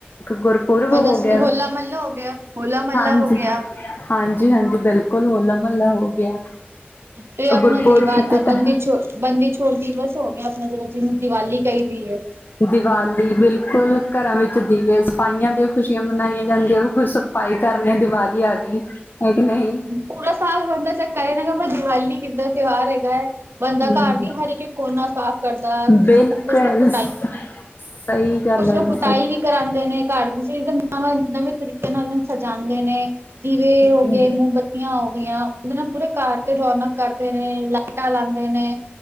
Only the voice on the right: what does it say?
ਮੈਂ ਦੱਸ
ਰਹੀ ਹੋਲਾ ਮਹੱਲਾ ਹੋ ਗਿਆ ਹੋਲਾ ਮਹੱਲਾ
ਹੋ ਗਿਆ
ਤੇ ਆਪਣਾ
ਦੀਵਾ
ਬੰਦੀ ਛੋ ਬੰਦੀ ਛੋੜ ਦਿਵਸ ਹੋ ਗਿਆ ਆਪਣਾ ਜਿਹਨੂੰ ਦੀਵਾਲੀ ਕਹੀਦੀ ਏ।
ਪੂਰਾ ਸਾਲ ਬੰਦਾ ਚਾਹੇ ਕਹੇ ਨਾ ਕਹੇ ਪਰ ਦੀਵਾਲੀ ਕਿੱਦਾਂ ਤਿਉਹਾਰ ਹੈਗਾ ਐ। ਬੰਦਾ
ਘਰ ਦੀ ਹਰ ਇੱਕ ਕੋਨਾ ਸਾਫ਼ ਕਰਦਾ, ਕੁਛਤਾ
ਕੁਛ ਲੋਕ <inaudible>
ਕੁਛ
ਲੋਕ
ਕੁਤਾਈ ਵੀ ਕਰਾਂਦੇ ਨੇ। ਘਰ ਦੀ ਸੀ ਨਵਾਂ ਨਵੇਂ ਤਰੀਕੇ ਨਾਲ ਸਜਾਂਦੇ ਨੇ, ਦੀਵੇ ਹੋ
ਗਏ ਬੱਤੀਆਂ ਹੋ ਗਈਆਂ, ਉਹਦੇ ਨਾਲ ਪੂਰੇ ਘਰ ਤੇ ਰੌਣਕ ਕਰਦੇ ਨੇ। ਲਾਈਟਾਂ ਲਾਂਦੇ ਨੇ,